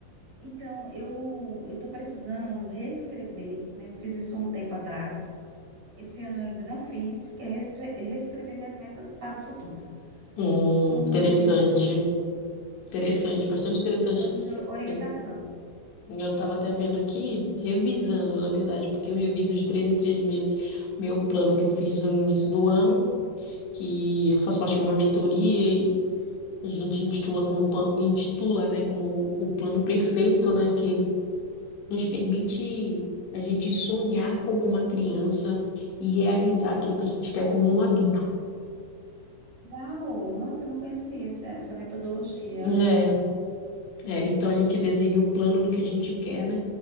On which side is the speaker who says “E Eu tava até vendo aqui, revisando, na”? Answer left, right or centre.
Left